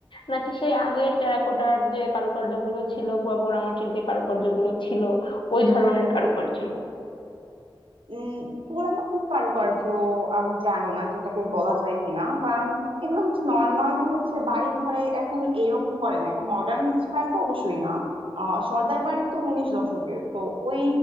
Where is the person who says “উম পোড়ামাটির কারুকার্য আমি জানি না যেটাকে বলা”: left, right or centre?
Right